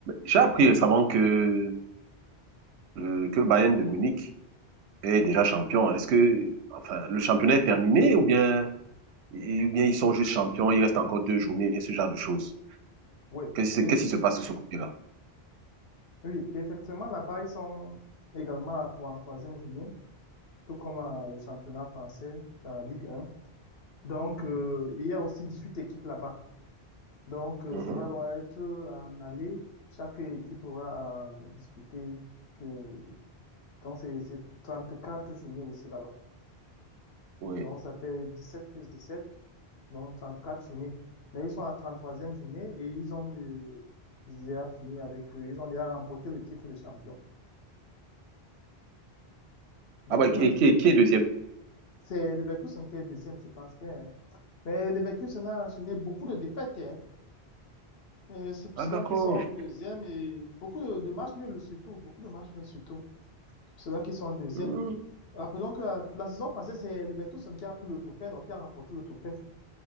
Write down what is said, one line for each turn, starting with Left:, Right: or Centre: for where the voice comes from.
Right: J'ai appris récemment que, euh, que le Bayern de Munich est déjà champion. Est-ce que, enfin, le championnat est terminé ou bien, ou bien ils sont juste champions, il reste encore deux journées, ce genre de choses.
Left: Oui,
Right: Qu'est-ce qui se,
Left: et,
Right: qu'est-ce qui se passe de ce côté-là?
Left: oui, effectivement, là-bas, ils sont également à trente-troisième journée, tout comme euh, au championnat français, la Ligue 1. Donc, euh, il y a aussi 18 équipes là-bas. Donc, euh,
Right: Mhm.
Left: ça va donc être en aller. Chaque équipe aura à disputer. euh, donc, c'est c'est quatre journées aussi là-bas.
Right: Oui.
Left: Donc, ça fait 17 plus 17, donc 34 journées. Mais ils sont à trente-troisième journée et ils ont euh, déjà fini avec, euh, ils ont déjà remporté le titre de champion. Donc,
Right: Ah bah,
Left: pour
Right: et
Left: les
Right: qui, est- qui est deuxième?
Left: C'est Leverkusen qui est deuxième, je pense bien. hein. Mais Leverkusen a enchaîné beaucoup de défaites. hein. Et C'est pour
Right: Ah
Left: cela
Right: d'accord.
Left: qu'ils sont deuxième et beaucoup de, de matchs nuls surtout. Beaucoup de matchs nuls surtout. C'est pour cela qu'ils sont deuxième.
Right: Mhm.
Left: Rappelons que la, la saison passée, c'est Leverkusen qui a pris le trophée, donc qui a remporté le trophée.